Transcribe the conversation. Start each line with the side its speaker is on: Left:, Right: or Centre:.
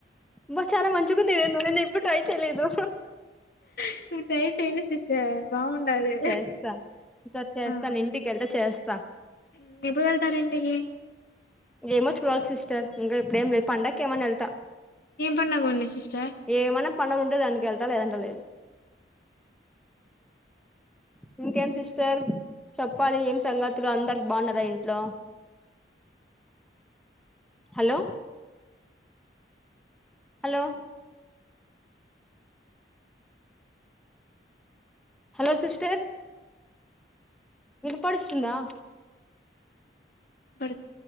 Centre: బా చానా మంచిగుంది ఇదేందో నేను ఇప్పుడు ట్రై చెయలేదు.
Left: ఇప్పుడు ట్రై చేయండి సిస్ చే బాగుండాలి
Centre: చేస్తా ఈసారి చేస్తాను
Left: ఆ
Centre: ఇంటికెళ్తే చేస్తా
Left: మ్ ఎప్పుడు వెళతారు ఇంటికి?
Centre: ఏమో చూడాలి సిస్టర్ ఇంకా ఇప్పుడేం లేదు పండక్కి ఏమన్నా ఎళ్తా.
Left: ఏం పండగ ఉంది సిస్టర్
Centre: ఏమన్నా పండగ ఉంటే దానికి వెళ్తా లేదంట లేదు
Left: అ
Centre: ఇంకేం సిస్టర్ చెప్పాలి ఏం సంగతులు అందరు బాన్నారా ఇంట్లో
Left: అ
Centre: హలో హలో హలో సిస్టర్ వినపడిస్తుందా
Left: పడద్